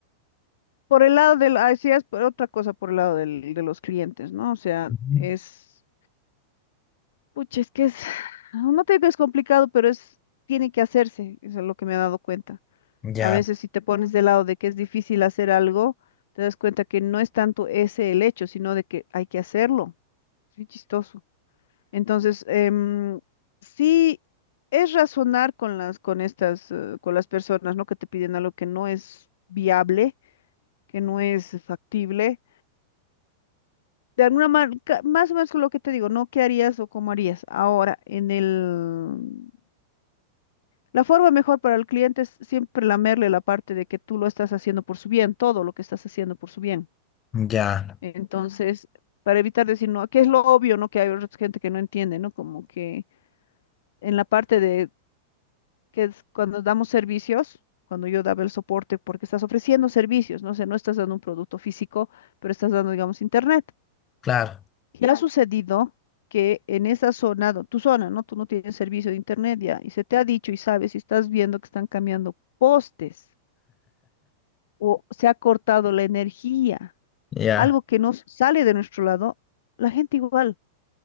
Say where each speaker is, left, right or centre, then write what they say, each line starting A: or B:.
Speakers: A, on the left; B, on the left.
A: Por el lado del, ah, sí, es por otra cosa por el lado del, de los clientes, ¿no? O sea,
B: Ujú.
A: es, pucha, es que es, <sighs> no te digo que es complicado, pero es, tiene que hacerse, eso es lo que me he dado cuenta.
B: Ya.
A: A veces si te pones del lado de que es difícil hacer algo, te das cuenta que no es tanto ese el hecho, sino de que hay que hacerlo. Es muy chistoso. Entonces, em, sí es razonar con las, con estas, eh, con las personas, ¿no? Que te piden algo que no es viable, que no es factible. De alguna manera, más o menos con lo que te digo, ¿no? ¿Qué harías o cómo harías? Ahora, en el... La forma mejor para el cliente es siempre lamerle la parte de que tú lo estás haciendo por su bien, todo lo que estás haciendo por su bien.
B: Ya,
A: Entonces, para evitar decir, no, que es lo obvio, ¿no? Que hay otra gente que no entiende, ¿no? Como que en la parte de que es cuando damos servicios, cuando yo daba el soporte, porque estás ofreciendo servicios, ¿no? O sea, no estás dando un producto físico, pero estás dando, digamos, internet.
B: claro,
A: Y ha Claro. sucedido que en esa zona, do- tu zona, ¿no? Tú no tienes servicio de internet ya, y se te ha dicho y sabes y estás viendo que están cambiando postes o se ha cortado la energía,
B: ya,
A: algo que nos sale de nuestro lado, la gente igual.